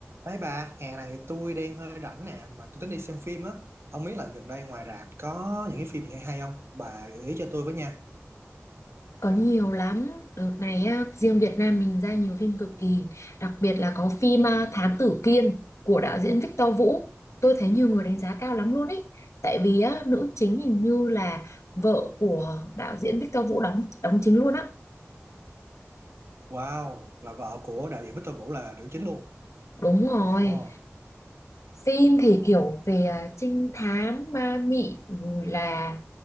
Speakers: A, on the right (about 60°); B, on the left (about 80°).
A: Đấy bà, hè này tôi đang hơi rảnh nè, mà tôi tính đi xem phim á. Không biết là gần đây ngoài rạp có những cái phim gì hay hay không? Bà gợi ý cho tôi với nha.
B: Có nhiều lắm. Đợt này á, riêng Việt Nam mình ra nhiều phim cực kỳ. Đặc biệt là có phim
A: Ờ.
B: à, Thám Tử Kiên của đạo diễn Victor Vũ. Tôi thấy nhiều người đánh giá cao lắm luôn ý. Tại vì á, nữ chính hình như là vợ của đạo diễn Victor Vũ đóng đóng chính luôn á.
A: Wow, là vợ của đạo diễn Victor Vũ là nữ chính luôn.
B: Đúng rồi.
A: Ồ,
B: Phim thì kiểu về à, trinh thám, ma mị, rồi là